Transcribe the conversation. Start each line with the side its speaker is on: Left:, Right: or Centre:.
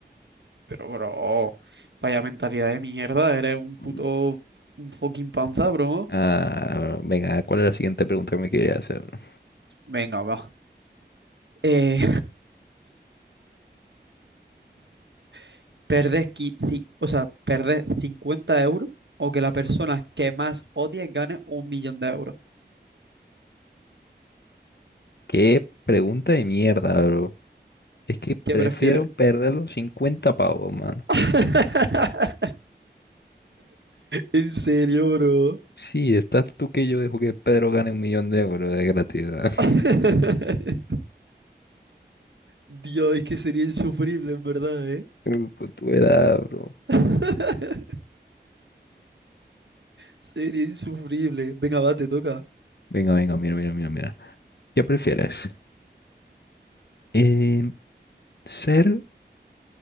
Right: Pero, bro, vaya mentalidad de mierda. Eres un puto...
Left: Mm.
Right: un fucking panza, bro.
Left: Ah, bro, venga, ¿cuál es la siguiente pregunta que me quería hacer? bro?
Right: Venga, va. Eh, <laughs> perdés, qui- ci- o sea, perdés 50 euros o que la persona que más odies gane un millón de euros.
Left: Qué pregunta de mierda, bro. Es que
Right: ¿Qué
Left: prefiero
Right: prefieres?
Left: perder los 50 pavos, mano.
Right: <laughs> ¿En serio, bro?
Left: Sí, estás tú que yo dejo que Pedro gane un millón de euros de gratuidad. <laughs>
Right: <laughs> Dios, es que sería insufrible, en verdad, ¿eh?
Left: Pero pues, tú era, <laughs> bro.
Right: <laughs> Sería insufrible. Venga, va, te toca.
Left: Venga, venga, mira, mira, mira, mira. ¿Qué prefieres? Eh, ¿ser